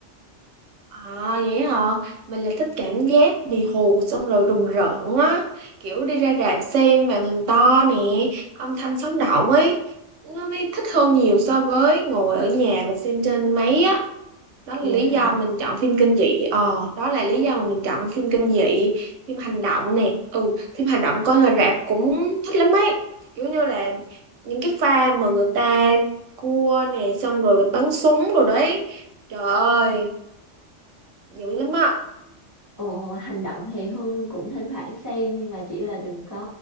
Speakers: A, on the right; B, on the left.
A: À vậy hả? Mình là thích cảm giác bị hù xong rồi rùng rợn á. Kiểu đi ra rạp xem màn hình to nè, âm thanh sống động ấy. Nó mới thích hơn nhiều so với ngồi ở nhà mà xem trên máy á. đó là
B: Vậy
A: lý
B: hả?
A: do mình chọn phim kinh dị ờ đó là lý do mà mình chọn phim kinh dị phim hành động nè ừ phim hành động coi ngoài rạp cũng thích lắm ấy kiểu như là những cái pha mà người ta cua nè xong rồi bắn súng rồi đấy trời ơi dữ lắm á
B: Ồ, hành động thì Hương cũng thỉnh thoảng xem nhưng mà chỉ là đừng có